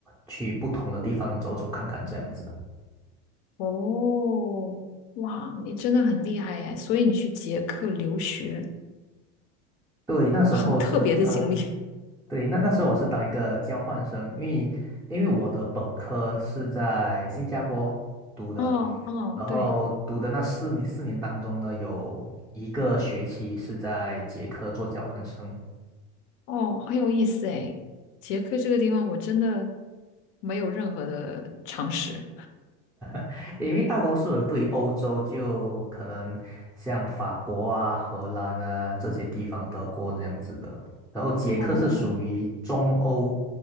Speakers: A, in the centre; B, on the left.
A: 去不同的地方走走看看这样子。
B: 哦，哇，你真的很厉害哎，所以你去捷克留学，
A: 对，那时候是当。
B: 很特别的经历。
A: 对，那那时候我是当一个交换生，因为因为我的本科是在新加坡读的，
B: 哦嗯，
A: 然后读的那四年四年当中呢，
B: 对，
A: 有一个学期是在捷克做交换生，
B: 哦，很有意思哎，捷克这个地方我真的没有任何的常识。
A: <laughs> 因为大多数人对于欧洲就可能像法国啊、荷兰啊这些地方、德国这样子的，然后捷克是属于中欧，
B: 哦，